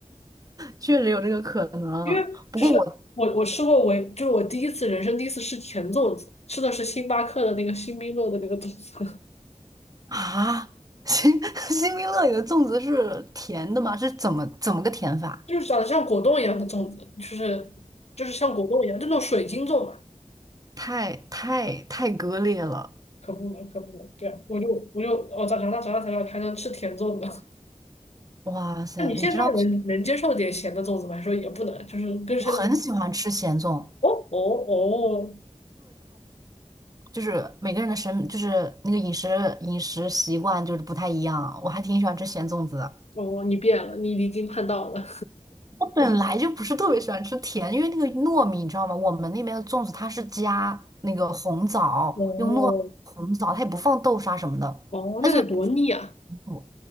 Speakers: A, on the right; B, on the left.
A: 确实有这个可能。
B: 因为就是我我吃过我就是我第一次人生第一次吃甜粽子，
A: 不过我
B: 吃的是星巴克的那个星冰乐的那个粽子，
A: 啊，新 <laughs> 新冰乐里的粽子是甜的吗？是怎么怎么个甜法？
B: <laughs> 就是长得像果冻一样的粽子，就是就是像果冻一样，就那种水晶粽嘛，
A: 太太太割裂了！
B: 可不能可不能，对啊，我就我就我长长大长大才知道还能吃甜粽子。
A: 哇塞，
B: 那你现在能能接受点咸的粽子吗？
A: 你知道
B: 还说也不能，就是根深蒂固。
A: 我很喜欢吃咸粽，
B: 哦哦
A: 就是每个人的审就是那个饮食饮食习惯就是不太一样，我还挺喜欢吃咸粽子的。
B: 哦哦，你变了，你离经叛道了。
A: 本来就不是特别喜欢吃甜，因为那个糯米，你知道吗？我们那边的粽子它是加那个红枣，
B: <laughs> 哦
A: 用糯红枣，它也不放豆沙什么的，
B: 哦哦那得多腻啊！
A: 它就本上不，